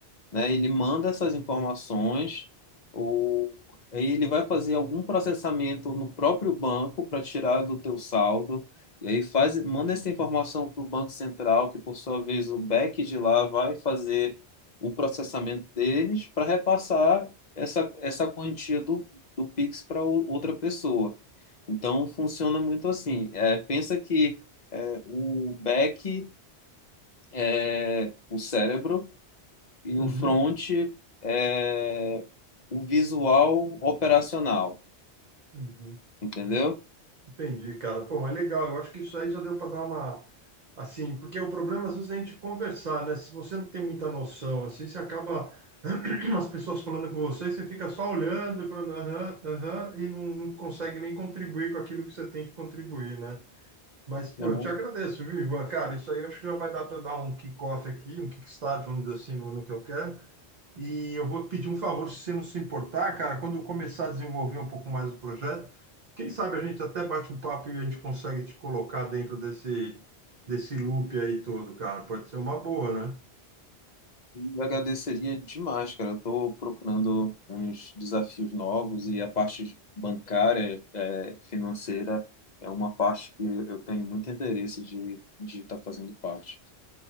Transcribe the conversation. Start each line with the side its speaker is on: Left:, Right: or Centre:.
Left: né? Ele
Right: Uhum,
Left: manda essas informações, ou aí ele vai fazer algum processamento no próprio banco para tirar do teu saldo. E aí faz, manda essa informação para o Banco Central, que por sua vez o back de lá vai fazer o processamento deles para repassar essa, essa quantia do, do Pix para outra pessoa. Então funciona muito assim. É, pensa que é, o back é o cérebro e
Right: uhum,
Left: o front é o visual operacional,
Right: uhum.
Left: entendeu?
Right: Entendi, cara. Pô, mas legal. Eu acho que isso aí já deu para dar uma. Assim, porque o problema às vezes é a gente conversar, né? Se você não tem muita noção, assim, você acaba. <clears throat> As pessoas falando com você, você fica só olhando, e falando aham, aham, e não, não consegue nem contribuir com aquilo que você tem que contribuir, né? Mas, pô,
Left: Não.
Right: eu te agradeço, viu, Ivan? Cara, isso aí eu acho que já vai dar para dar um kick-off aqui, um kickstart, vamos dizer assim, no, no que eu quero. E eu vou pedir um favor, se você não se importar, cara, quando eu começar a desenvolver um pouco mais o projeto, quem sabe a gente até bate um papo e a gente consegue te colocar dentro desse, desse loop aí todo, cara. Pode ser uma boa, né?
Left: Eu agradeceria demais, cara. Eu estou procurando uns desafios novos e a parte bancária, é, financeira, é uma parte que eu tenho muito interesse de estar de tá fazendo parte.